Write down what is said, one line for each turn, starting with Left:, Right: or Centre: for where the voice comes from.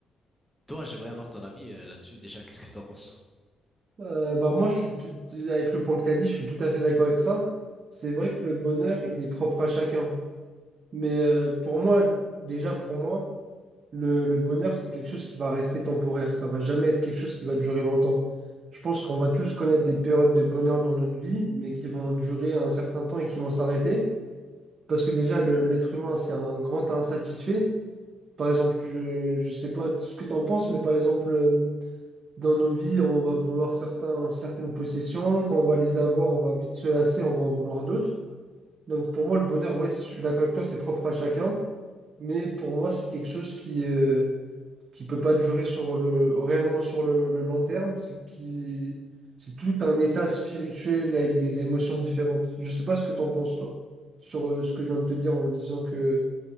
Centre: toi, j'aimerais avoir ton avis euh, là-dessus déjà. Qu'est-ce que tu en penses?
Right: Euh, bah moi, je suis tout- avec le point que tu as dit, je suis tout à fait d'accord avec ça. C'est vrai que le bonheur, il est propre à chacun. Mais euh, pour moi, déjà pour moi, Le, le bonheur, c'est quelque chose qui va rester temporaire. Ça va jamais être quelque chose qui va durer longtemps. Je pense qu'on va tous connaître des périodes de bonheur dans notre vie, mais qui vont durer un certain temps et qui vont s'arrêter. Parce que déjà, le- l'être humain, c'est un grand insatisfait. Par exemple, je, je sais pas ce que tu en penses, mais par exemple, euh, dans nos vies, on va vouloir certains, certaines possessions. Quand on va les avoir, on va vite se lasser, on va en vouloir d'autres. Donc pour moi, le bonheur, ouais, je suis d'accord avec toi, c'est propre à chacun. Mais pour moi, c'est quelque chose qui, euh, qui peut pas durer sur le, réellement sur le, le long terme, c'est qui, c'est tout un état spirituel avec des émotions différentes. Je sais pas ce que t'en penses, toi, sur euh, ce que je viens de te dire en disant que